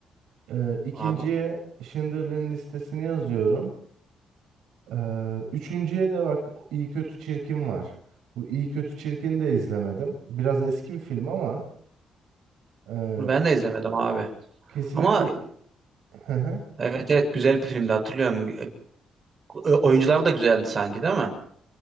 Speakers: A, on the right (about 85°); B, on the right (about 45°).
A: Ee, ikinciye
B: abi
A: Schindler'in listesini yazıyorum. Ee, üçüncüye de bak iyi kötü çirkin var. Bu iyi kötü çirkin de izlemedim. Biraz eski bir film ama e,
B: onu ben de izlemedim abi.
A: kesinlikle
B: Ama
A: <laughs>
B: evet evet güzel bir filmdi hatırlıyorum. E, Oyuncular da güzeldi sanki değil mi?